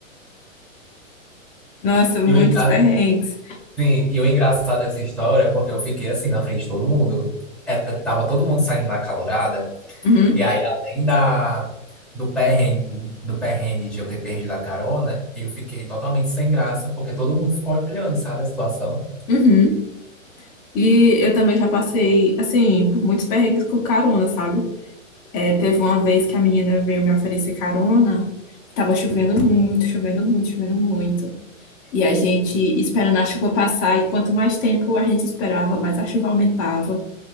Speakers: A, on the left; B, in the centre.
A: Nossa, muitos
B: E eu, em casa-
A: perrengues.
B: Sim, e o engraçado dessa história é porque eu fiquei assim na frente de todo mundo. Era, tava todo mundo saindo na calorada.
A: Uhum.
B: E aí, além da, do perrengue, do perrengue de eu ter perdido a carona, eu fiquei totalmente sem graça, porque todo mundo ficou olhando, sabe, a situação.
A: Uhum. E eu também já passei, assim, por muitos perrengues com carona, sabe? É, teve uma vez que a menina veio me oferecer carona e tava chovendo muito, chovendo muito, chovendo muito. E a gente esperando a chuva passar, e quanto mais tempo a gente esperava, mais a chuva aumentava.